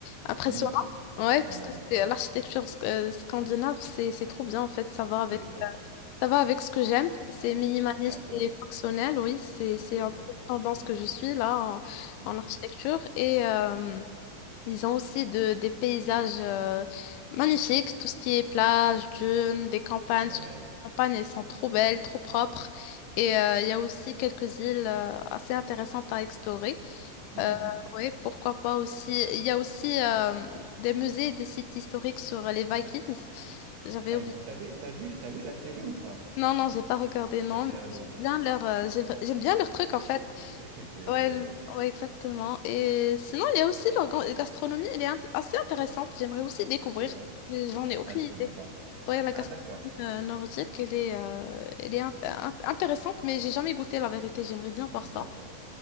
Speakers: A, on the left; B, on the right.
A: impressionnante.
B: Unique.
A: Ouais, parce
B: Ouais,
A: que c'est- l'architecture sc- euh, scandinave, c'est, c'est trop bien, en fait, ça va avec
B: c'est vrai.
A: ça va avec ce que j'aime, c'est minimaliste
B: Eh, D'accord,
A: et fonctionnel, oui, c'est c'est
B: d'accord.
A: un peu la tendance que je suis là en,
B: Mhm.
A: en architecture. Et euh, ils ont aussi de, des paysages euh, magnifiques, tout ce qui est plage, dunes, des campagnes,
B: Ouais.
A: surtout les campagnes, elles sont trop belles, trop propres. Et euh, il y a aussi quelques îles euh, assez intéressantes à explorer.
B: Mm,
A: Euh,
B: mm, mm.
A: oui, pourquoi pas aussi. Il y a aussi euh, des musées, et des sites historiques sur les Vikings. J'avais
B: Eh,
A: oublié.
B: T'as vu, t'as vu, t'as vu la série ou pas?
A: Non, non, j'ai pas regardé, non,
B: Moi, j'ai
A: mais
B: adoré.
A: j'aime bien leur, euh, j'aime, j'aime bien leur truc en fait.
B: J'ai <laughs> j'ai adoré.
A: Ouais, l- ouais, exactement. Et sinon, il y a aussi leur gan- gastronomie, elle est int- assez intéressante. J'aimerais aussi découvrir,
B: C'est vrai?
A: mais j'en ai aucune
B: Ah, je
A: idée.
B: connais pas.
A: Ouais, la
B: Ah,
A: gastronomie
B: d'accord.
A: euh, nordique, elle est, euh, elle est int- int- intéressante, mais j'ai jamais goûté la vérité. J'aimerais bien voir ça.
B: D'accord.